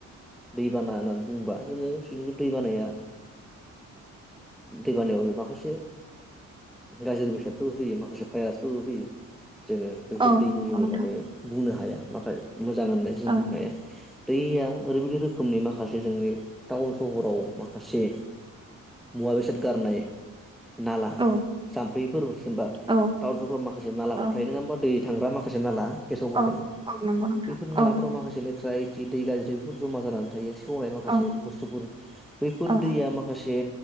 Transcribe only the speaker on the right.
औ नंगौ
नोंथां
औ
औ
औ
औ
औ औ नंगौ नोंथां
औ
औ
औ